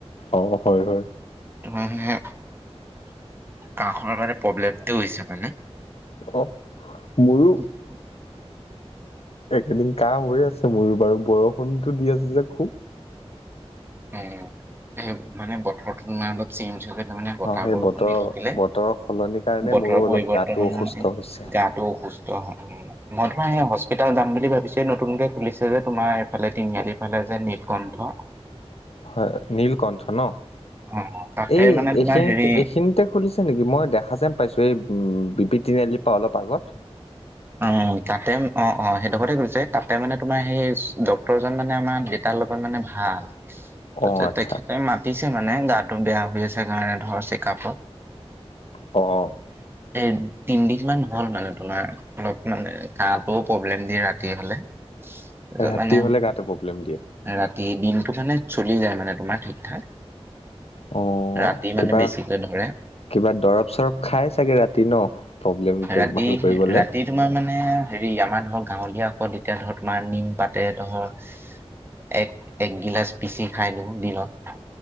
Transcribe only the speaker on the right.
আমাৰমানে। কা খৰ কাৰানে প্ৰব্লেমটো হৈছে মানে,
উম।
উম। এ মানে বতৰটো তোমাৰ অলপ চেঞ্জ হলে তাৰ মানে বতাহ
বৰষুণ
দি থাকিলে।
বতৰৰ
পৰিবৰ্তমান
হলে
গা টো অসুস্থ হয় মই তোমাৰ এই হস্পিতাল যাম বুলি ভাবিছোঁ নতুনকে খুলিছে যে তোমাৰ এইফালে তিনিআলি‌ ফালে যে নীলকন্ঠ
অ তাতে
মানে তোমাৰ
হেৰি
অঅ, তাতে অ' অ' সেইডোখতে খুলিছে তাতে মাঅনে তোমাৰ সেই ডক্তৰজন মানে আমাৰ তেলোকৰৰ লগত মানে ভাল
তেখেতে মা। পিছে মানে গাটো বেয়া হৈ আছে কাৰণে ধৰ চেকআপত।
এহ! তিনদিন মান হ'ল মানে তোমাৰ অলপ মানে কাহটোও প্ৰব্লেম দিয়ে ৰাতি হ'লে। তাৰপিছত
মানে
ৰাতি, দিনটো মানে চলি যায় মানে তোমাৰ ঠিক ঠাক।
ৰাতি মানে
বেছিকে ধৰে
ৰাতি
ৰাতি তোমাৰ মানে হেৰি আমাৰ ধৰ গাঁৱলীয়া ঔষধয়া ধৰ তোমাৰ নিম পাতে ধৰ। এক এক গিলাচ পিচি খাই দিওঁ দিনত।